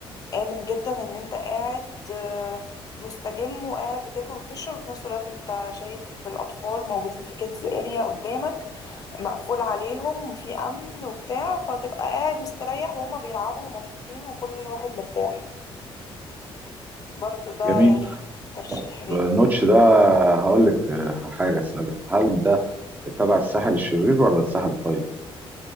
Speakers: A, on the left; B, on the right.
A: آمن جدا إن أنت قاعد آه، مستجم وقاعد بتاكل وبتشرب وفي نفس الوقت أنت شايف الأطفال موجودين في كيدز اريا قدامك مقفول عليهم في أمن وبتاع فتبقى قاعد مستريح وهما بيلعبوا ومبسوطين وكل واحد مرتاح برضه ده
B: جميل
A: يعني ترشيح
B: طب
A: ليك
B: نوتش ده هقول لك آه، حاجه اسالك هل ده تبع الساحل الشرير ولا الساحل الطيب